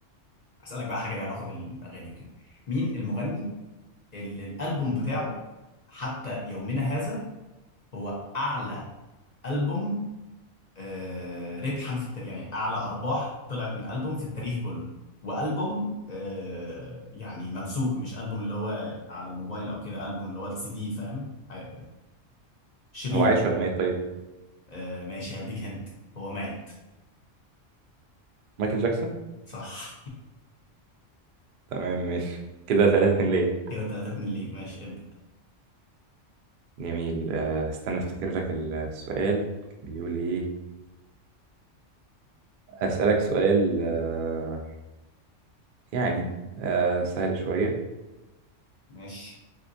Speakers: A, on the left (about 45°); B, on the right (about 60°).
A: اسألك بقى حاجة ليها علاقة بالأغاني وكده مين المغني اللي الألبوم بتاعه حتى يومنا هذا هو أعلى ألبوم آه... ربحا في التاريخ يعني أعلى أرباح طلعت من ألبوم في التاريخ كله وألبوم آه... يعني ممسوك مش ألبوم اللي هو على الموبايل أو كده ألبوم اللي هو السي دي فاهم حاجة كده شريط
B: هو عايش ولا ميت طيب
A: آه ماشي هديك هنت هو ميت
B: مايكل جاكسون
A: صح
B: تمام ماشي كده ثلاثة اتنين ليه
A: <laughs> كده تلاتة اتنين ليك ماشي ابدأ
B: جميل آه، استنى افتكر لك السؤال كان بيقول ايه اسألك سؤال آه، يعني آه، سهل شوية
A: ماشي